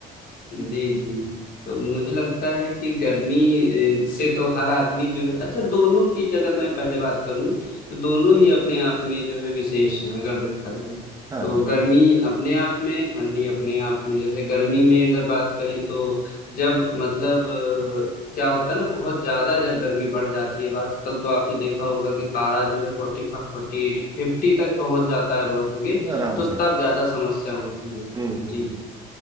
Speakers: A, on the left; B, on the right.
A: जी जी तो मुझे लगता है कि गर्मी ए, से तो हर आदमी जो है अच्छा दोनों की अगर मैं पहले बात करूं तो दोनों ही अपने आप में जो है विशेष हैं अगर देखा जाए
B: हाँ
A: तो
B: दो
A: गर्मी अपने आप में ठंडी अपने आप में जैसे गर्मी में अगर बात करें तो जब मतलब अ, क्या होता है ना बहुत ज्यादा जब गर्मी बढ़ जाती है अब आजकल तो आपने देखा होगा कि पारा जो है फोर्टी फाइव फोर्टी फिफ्टी तक पहुंच जाता है बहुत जगह
B: आराम
A: तो
B: से
A: तब ज्यादा समस्या होती है
B: हम्म हम्म
A: जी
B: हम्म।